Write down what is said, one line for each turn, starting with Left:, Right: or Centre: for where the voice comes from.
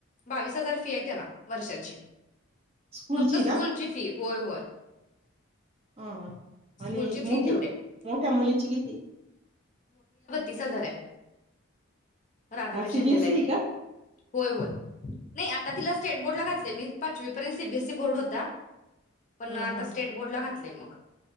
Left: बावीस हजार फी आहे त्याला वर्षाची.
Right: स्कूल
Left: फक्त
Right: ची
Left: स्कूलची
Right: ना
Left: फी होय होय
Right: अअ
Left: स्कूलची
Right: अनी
Left: फी
Right: मोठी?
Left: तेवढी आहे
Right: मोठ्या मुलीची कितीय?
Left: तीस हजार ये राधाबाई शिंदेला
Right: सीबीएसई
Left: येते.
Right: का
Left: होय होय नाही आता तिलाच स्टेट बोर्ड ला घातलाय मी पाचवी पर्यन सिबिएसी बोर्ड होता.
Right: हम्म
Left: पण आता
Right: हम्म
Left: स्टेट
Right: हम्म
Left: बोर्ड ला घातलंय मं